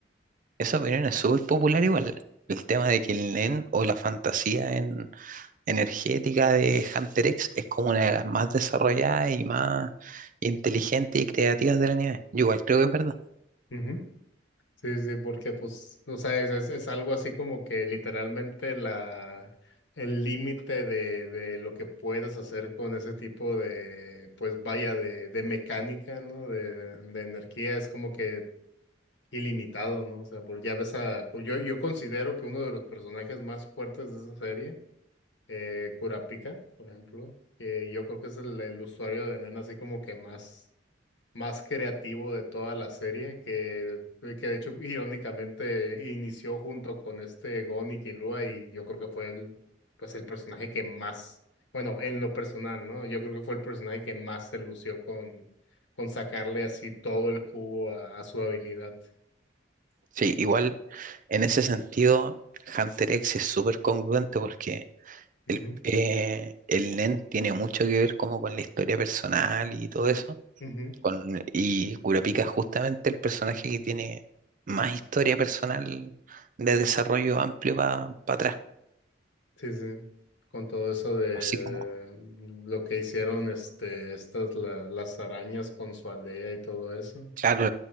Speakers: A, on the right; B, on the left.
A: esa opinión es súper popular igual. El tema de que el nen o la fantasía en- energética de Hunter X es como una de las más desarrolladas y más inteligentes y creativas del anime. Yo igual creo que es verdad.
B: Ujú, Sí, sí, porque pues, o sea, es, es, es algo así como que literalmente la, el límite de, de lo que puedes hacer con ese tipo de, pues vaya, de, de mecánica, ¿no? De, de energía es como que ilimitado, ¿no? O sea, pues ya ves a, pues, yo, yo considero que uno de los personajes más fuertes de esa serie, eh, Kurapika, por ejemplo, que yo creo que es el, el usuario de Nen así como que más más creativo de toda la serie, que, que de hecho irónicamente inició junto con este Gon y Killua y yo creo que fue el, pues el personaje que más, bueno, en lo personal, ¿no? Yo creo que fue el personaje que más se lució con, con sacarle así todo el jugo a, a su habilidad.
A: Sí, igual en ese sentido Hunter X es súper congruente porque
B: Ujú,
A: El, eh, el Nen tiene mucho que ver como con la historia personal y todo eso.
B: ujú.
A: Con, y Kurapika es justamente el personaje que tiene más historia personal de desarrollo amplio para atrás.
B: Sí, sí. Con todo eso de
A: Así como,
B: lo que hicieron este, estas la- las arañas con su aldea y todo eso.
A: claro,